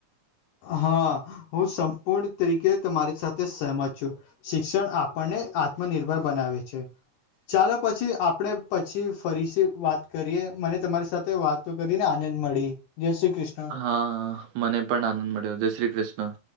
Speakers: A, on the left; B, on the right.
A: હા હું સંપૂર્ણ તરીકે તમારી સાથે સહમત છું શિક્ષણ આપ આપને આત્મનિર્ભર બનાવે છે ચાલો પછી આપણે પછી ફરીથી વાત કરીએ મને તમારી સાથે વાતો કરીને આનંદ મળી જય શ્રી કૃષ્ણ
B: હા મને પણ આનંદ મળ્યો જય શ્રી કૃષ્ણ